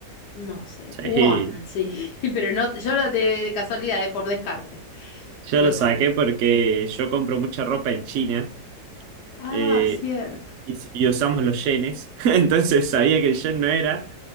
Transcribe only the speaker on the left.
no sé.
Won, sí. <laughs> Pero no, yo de, de casualidad, eh, por descarte.
Fue
porque.
Ah,
cierto.